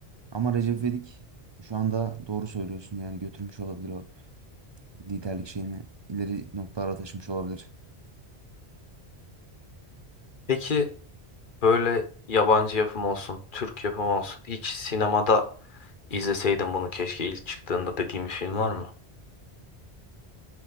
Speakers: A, on the right; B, on the left.
A: Ama Recep İvedik şu anda doğru söylüyorsun yani götürmüş olabilir o liderlik şeyini ileri noktalara taşımış olabilir.
B: Peki böyle yabancı yapım olsun, Türk yapımı olsun. Hiç sinemada izleseydim bunu keşke ilk çıktığında dediğim bir film var mı?